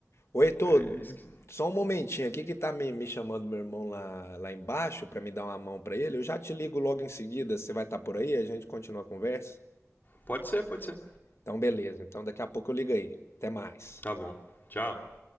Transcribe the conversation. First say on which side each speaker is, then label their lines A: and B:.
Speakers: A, on the left (about 55°); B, on the left (about 40°).
A: Ô, Heitor,
B: É, é esqui-
A: só um momentinho aqui que tá me, me chamando meu irmão lá, lá embaixo pra me dar uma mão pra ele. Eu já te ligo logo em seguida, você vai estar por aí, a gente continua a conversa.
B: Pode ser, pode ser.
A: Então, beleza. Então, daqui a pouco eu ligo aí. Até mais.
B: Tá bom. Tchau.